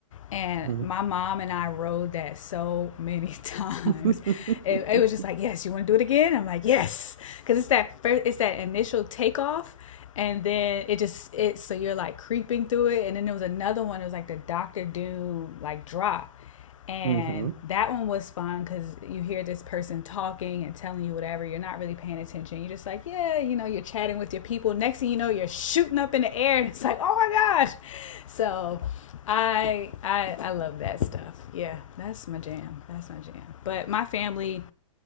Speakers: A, on the left; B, on the right.
A: and
B: Mhm.
A: my mom and I rode that so many <laughs> times.
B: Mhm.
A: It, it was just like, "Yes, you want to do it again?" I'm like, "Yes." Cuz it's that first it's that initial takeoff and then it just it so you're like creeping through it and then there was another one it was like the Doctor Doom like drop and
B: Mhm. Mhm.
A: that one was fun because you hear this person talking and telling you whatever you're not really paying attention you're just like yeah you know you're chatting with your people next thing you know you're shooting up in the air and it's like oh my gosh so i i i love that stuff yeah that's my jam that's my jam but my family